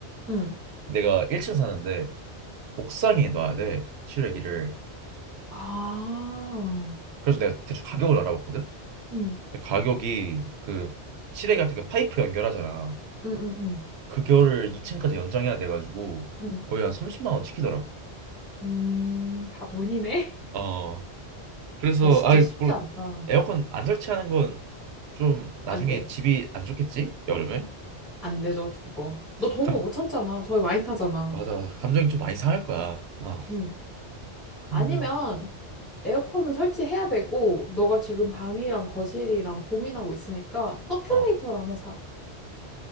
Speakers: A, in the centre; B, on the right (about 70°).
A: 응, 응.
B: 내가 1층 사는데 옥상에 놔야 돼 실외기를.
A: 아,
B: 그래서 내가 대충 가격을 알아봤거든.
A: 응,
B: 근데 가격이 그 실외기 같은 그 파이프 연결하잖아.
A: 응, 응, 응,
B: 그거를 2층까지 연장해야 돼가지고
A: 응.
B: 거의 한 30만 원 찍히더라고.
A: 음, 다 돈이네?
B: 어
A: <laughs>
B: 그래서
A: 너 진짜
B: 아이
A: 쉽지
B: 뭘
A: 않다.
B: 에어컨 안 설치하는 건 좀 나중에
A: 안 돼.
B: 집이 안 좋겠지 여름에
A: 안 돼, 너 죽어. 너 더운
B: 어감
A: 거 못 참잖아. 더위 많이 타잖아.
B: 맞아 맞아 감정이 좀 많이 상할 거야 어
A: 응.
B: 그러면
A: 아니면 에어컨은 설치해야 되고, 너가 지금 방이랑 거실이랑 고민하고 있으니까 서큘레이터를
B: 어어어아
A: 하나 사.